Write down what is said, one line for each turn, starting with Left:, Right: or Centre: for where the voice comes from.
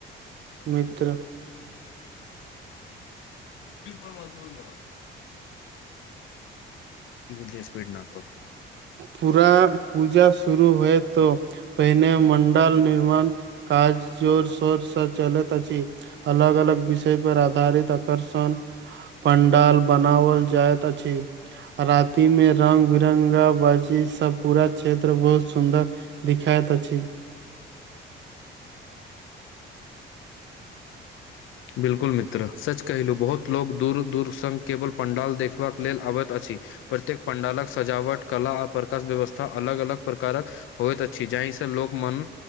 Right: मित्र।
Left: <unintelligible> <inaudible>
Right: पूरा पूजा शुरू होयत तऽ। पहिने मंडाल निर्माण काज जोर शोर सँ चलैत अछि। अलग - अलग विषय पर आधारित आकर्षण। पंडाल बनाओल जाइत अछि, राति में रंग बिरंगक। वाजी सब से पूरा क्षेत्र बहुत सुंन्दर दिखाइत अछि।
Left: बिल्कुल मित्र सच कहलु बहुत लोक दूर दूर सन केवल पण्डाल देखबाक लेल आबैत अछि। प्रत्येक पंडालक सजावट कला आ प्रकाश व्यवस्था अलग अलग प्रकारक। होइत अछि, जाहिसँ लोक मन